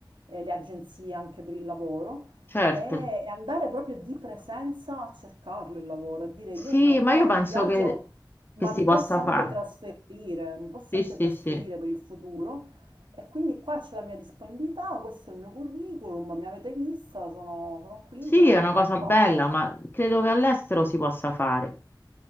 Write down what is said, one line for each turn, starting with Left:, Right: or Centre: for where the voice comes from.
Right: eh, le agenzie anche per il lavoro
Left: certo.
Right: e e andare proprio di presenza a cercarlo il lavoro, a dire
Left: Sì,
Right: io sono
Left: ma
Right: qua
Left: io penso
Right: in viaggio,
Left: che,
Right: ma
Left: che si
Right: mi
Left: possa
Right: posso anche
Left: fare.
Right: trasferire, mi posso
Left: Sì,
Right: anche
Left: sì,
Right: trasferire
Left: sì.
Right: per il futuro. E quindi qua c'è la mia disponibilità, questo è il mio curriculum, mi avete vista, sono, sono qui,
Left: Sì,
Right: sono
Left: è
Right: venuta
Left: una cosa
Right: qua.
Left: bella, ma credo che all'estero si possa fare.